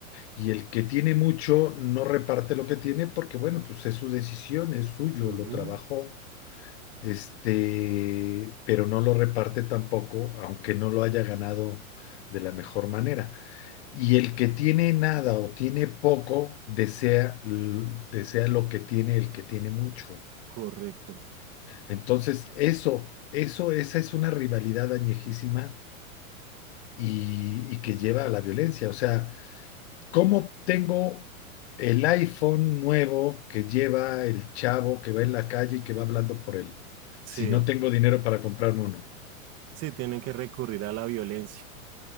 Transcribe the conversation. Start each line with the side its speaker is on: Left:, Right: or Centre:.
Left: Y el que tiene mucho no reparte lo que tiene porque, bueno, pues es su decisión, es suyo,
Right: Ujú,
Left: lo trabajó, este, pero no lo reparte tampoco, aunque no lo haya ganado de la mejor manera. Y el que tiene nada o tiene poco, desea, l- desea lo que tiene el que tiene mucho.
Right: Correcto.
Left: Entonces, eso, eso, esa es una rivalidad añejísima y, y que lleva a la violencia. O sea, ¿Cómo tengo el iPhone nuevo que lleva el chavo que va en la calle y que va hablando por él?
Right: Sí,
Left: Si no tengo dinero para comprarme uno,
Right: sí, tienen que recurrir a la violencia.